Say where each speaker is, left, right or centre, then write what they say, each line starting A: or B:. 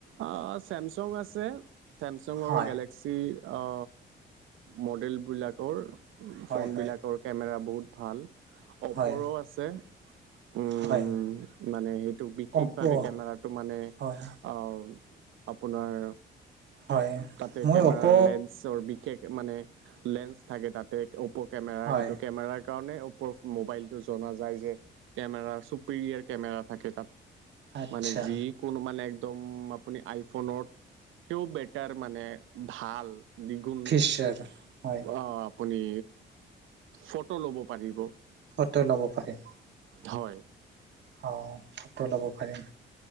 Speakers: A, on the right; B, on the right.
A: আহ চেমচং আছে চেমচঙৰ
B: হয়
A: গেলেক্সি অ মডেলবিলাকৰ
B: হয়
A: ফোনবিলাকৰ
B: হয়
A: কেমেৰা বহুত ভাল অপৰ
B: হয়
A: আছে উম,
B: হয়
A: মানে সেইটো বিশেষভাৱে
B: অপ'
A: কেমেৰাটো মানে,
B: হয়
A: অহ আপোনাৰ
B: হয়
A: তাতে
B: মই
A: কেমেৰাৰ
B: অপ'
A: লেন্সৰ বিশেষ মানে লেন্স থাকে তাতে অপ' কেমেৰা
B: হয়
A: সেইটো কেমেৰাৰ কাৰণে অপৰ মোবাইলটো জনা যায় যে কেমেৰাৰ চুপিৰিয়েৰ কেমেৰা থাকে তাত
B: আচ্ছা
A: মানে যি কোনো মানে একদম আপুনি আইফোনত কেও বে তাৰ মানে ভাল দুগুণ
B: ফিচাৰ হয়
A: অ আপুনি ফটো ল'ব পাৰিব
B: ফটো ল'ব পাৰিম
A: হয়
B: অঁ ফটো ল'ব পাৰিম